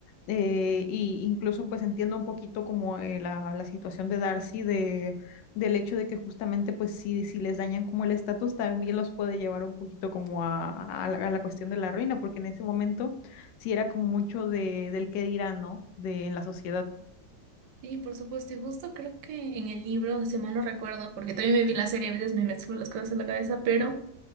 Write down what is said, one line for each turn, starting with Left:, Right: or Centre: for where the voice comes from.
Left: eh, y incluso pues entiendo un poquito como eh, la, la situación de Darcy de del hecho de que justamente pues si, si les dañan como el estatus también los puede llevar un poquito como a, a la, a la cuestión de la ruina, porque en ese momento sí era como mucho de, del qué dirán, ¿no? De, en la sociedad.
Right: Sí, por supuesto, y justo creo que en el libro, si mal no recuerdo, porque también me vi la serie, a veces me mezclo las cosas en la cabeza, pero